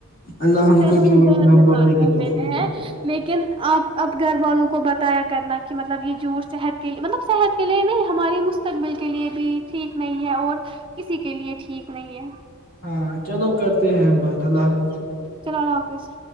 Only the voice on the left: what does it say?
اللہ
کو جھوٹ
نہ
بولنے
کی توفیق
عطا
کرے
ہاں چلو کرتے ہیں ہم بات اللہ حافظ